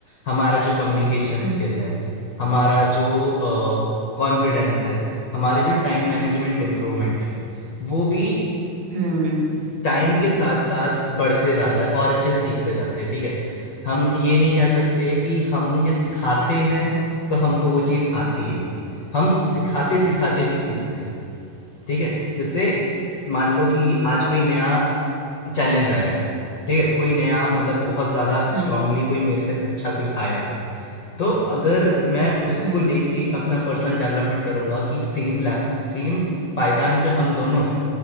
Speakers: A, on the left; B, on the right.
A: हमारा जो कम्युनिकेशन
B: हम्म
A: स्किल है, हमारा जो अ, कॉन्फिडेंस है, हमारी जो टाइम मैनेजमेंट इम्प्रूवमेंट है, वो भी
B: हम्म
A: टाइम के साथ साथ बढ़ते जाता है और अच्छे से सीखते जाते हैं ठीक है हम ये नहीं कह सकते कि हम ये सिखाते हैं तो हमको वो चीज़ आती है हम सिखाते सिखाते भी सीखते हैं ठीक है जैसे मान लो कि आज कोई नया चैलेंज आया है ठीक है कोई नया मतलब बहुत ज़्यादा
B: हम्म
A: स्ट्रांगली कोई मेरे से अच्छा कोई आया है तो अगर मैं उसको
B: हम्म
A: लेके अपना पर्सनल डेवलपमेंट करूंगा कि सेम सेम पायदान पे हम दोनों हैं